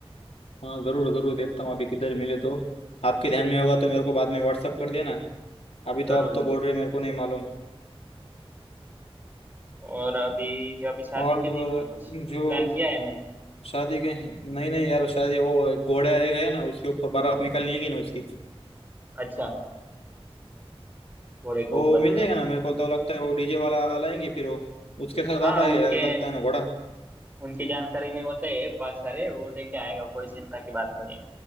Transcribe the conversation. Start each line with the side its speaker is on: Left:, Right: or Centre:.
Left: हाँ जरूर जरूर देखता हूँ अभी किधर मिले तो आपके ध्यान में होगा तो मेरे को बाद में व्हाट्सअप कर देना अभी तो
Right: जरूर
Left: आप तो
Right: जरूर
Left: बोल रहे मेरे को नहीं मालूम
Right: और अभी अभी शादी
Left: और
Right: के दिन
Left: अ,
Right: का कुछ प्लान
Left: जो
Right: किया है नहीं
Left: शादी के नहीं नहीं यार शादी वो घोड़ा एक है ना उसके ऊपर बारात निकलनी है कि ना उसकी
Right: अच्छा घोड़े के
Left: वो
Right: ऊपर
Left: मिल
Right: हाँ
Left: जाएगा ना मेरे को तो लगता है वो डीजे वाला लाएंगे फिर वो उसके साथ
Right: हाँ
Left: आता है
Right: उनके
Left: यार, लगता है ना घोड़ा
Right: उनकी जानकारी में होते हैं बहुत सारे वो लेके आएगा कोई चिंता की बात नहीं है